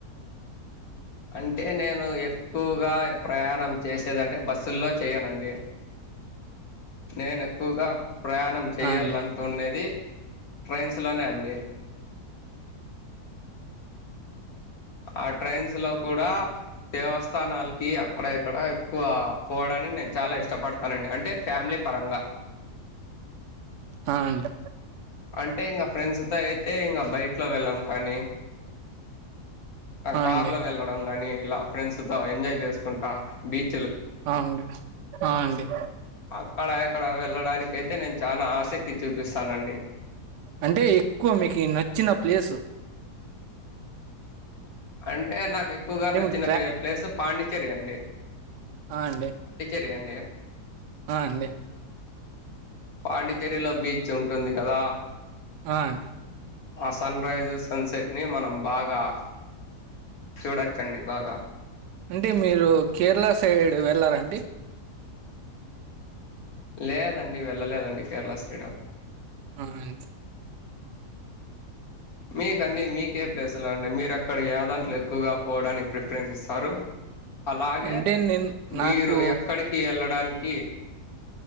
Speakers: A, on the left (about 65°); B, on the right (about 85°).
A: అంటే నేను ఎక్కువగా ప్రయాణం చేసేదంటే బస్సుల్లో చెయనండి
B: <inaudible>
A: నేను ఎక్కువగా ప్రయాణం చేయాలనుకునేది
B: ఆ అండి
A: ట్రైన్స్లోనే అండి ఆ ట్రైన్స్లో కూడా దేవస్థానాలకి అక్కడ ఇక్కడ ఎక్కువ పోవడానికి నేను చాలా ఇష్టపడతానండి అంటే ఫ్యామిలీ పరంగా
B: ఆ అండి
A: అంటే ఇంగ ఫ్రెండ్స్తో అయితే ఇంగ బైక్ లో వెళ్ళాం కానీ
B: ఆ
A: కార్
B: అండి
A: లో వెళ్ళడం గాని ఇలా ఫ్రెండ్స్ తో ఎంజాయ్ చేసుకుంటా బీచ్
B: ఆ అండి ఆ అండి
A: అక్కడ ఇక్కడ వెళ్ళడానికి అయితే నేను చాల ఆసక్తి చూపిస్తానండి
B: అంటే ఎక్కువ మీకు నచ్చిన ప్లేసు
A: అంటే నాకు ఎక్కువగా
B: అంటే
A: నచ్చిన
B: మీకు
A: ప్లేస్ పాండిచ్చేరి అండి
B: అ అండి
A: తే అండి
B: ఆ అండి
A: పాండిచ్చేరిలో బీచ్ ఉంటుంది కదా
B: ఆ అండి
A: ఆ సన్ రైజ్ ని సన్సెట్ ని మనం బాగా చూడొచ్చండి బాగా
B: అంటే మీరు కేరళ సైడ్ వెళ్ళారంాండి
A: లేదండి వెళ్ళలేదండి కేరళ సైడ్
B: అ అం
A: మీకండి మీకే ప్లేసులో అండి మీరు అక్కడ ఏదాంట్లు ఎక్కువగా పోవడానికి ప్రిఫరెన్స్ ఇస్తారు అలాగే
B: అంటే నేను నాకు
A: మీరు ఎక్కడికి వెళ్ళడానికి ఈ